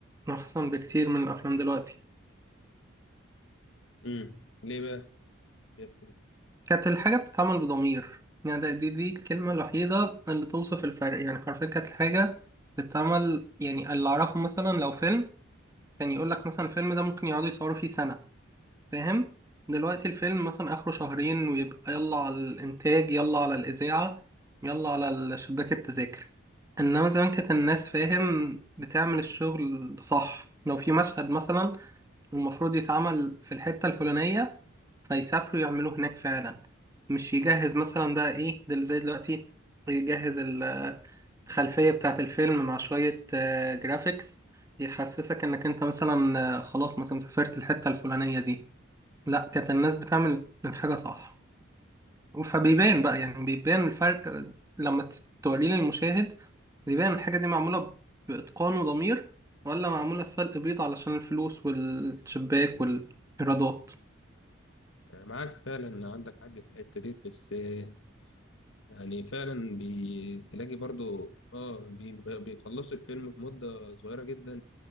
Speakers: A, on the right; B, on the left.
A: أحسن بكتير من الأفلام دلوقتي
B: امم ليه بقى شايف كده
A: كانت الحاجة بتتعمل بضمير يعني ده- دي دي الكلمة الوحيدة اللي توصف الفرق يعني حرفيا كانت الحاجة بتتعمل يعني اللي أعرفه مثلا لو فيلم كان يقولك مثلا الفيلم ده ممكن يقعدوا يصوروا فيه سنة فاهم دلوقتي الفيلم مثلا اخره شهرين ويبقى يلا على الانتاج يلا على الاذاعه يلا على ال- شباك التذاكر انما زمان كانت الناس فاهم بتعمل الشغل صح لو في مشهد مثلا المفروض يتعمل في الحته الفلانيه فيسافروا يعملوه هناك فعلا مش يجهز مثلا بقى ايه دل زي دلوقتي يجهز ال- الخلفيه بتاعه الفيلم مع شويه جرافيكس يحسسك انك انت مثلا آه، خلاص مثلا سافرت الحته الفلانيه دي لا كانت الناس بتعمل الحاجة صح فبيبان بقى يعني بيبان الفرق آه، لما ت- توريه للمشاهد بيبان الحاجة دي معمولة بإتقان وضمير ولا معمولة سلق بيض علشان الفلوس والشباك والإيرادات
B: أنا معاك فعلا عندك حق في الحته دي بس آه، يعني فعلا بتلاقي برضو اه بيغ- بيخلصوا الفيلم في مده صغيره جدا